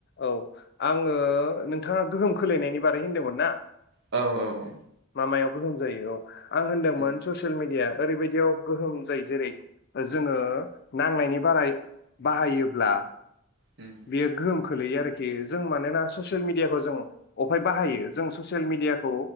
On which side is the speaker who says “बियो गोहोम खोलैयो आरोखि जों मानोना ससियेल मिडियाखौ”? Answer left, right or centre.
Left